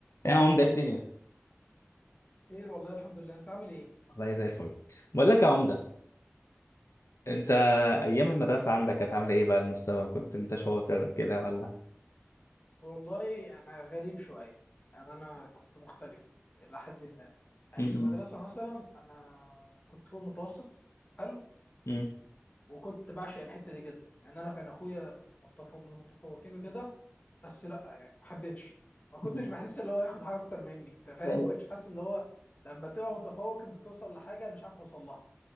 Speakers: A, on the left (about 85°); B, on the left (about 35°).
A: ايه يا عمدة إيه الدنيا
B: خير والله الحمد لله انت عامل ايه
A: والله زي الفل بقول لك يا عمدة انت ايام المدرسة عندك كانت عاملة ايه بقى المستوى كنت انت شاطر كده ولا
B: والله انا غريب شويه يعني انا كنت مختلف الى حد ما يعني
A: م-
B: في المدرسه مثلا انا كنت فوق المتوسط حلو
A: م-
B: وكنت بعشق الحته دي جدا يعني انا كان اخويا متفوق من المتفوقين وكده بس لا يعني ما حبيتش ما كنتش
A: م-
B: بحس اللي هو ياخد حاجه اكتر مني انت فاهم
A: م-
B: ما كنتش حاسس اللي هو لما تبقى متفوق انت توصل لحاجه انا مش عارف اوصل لها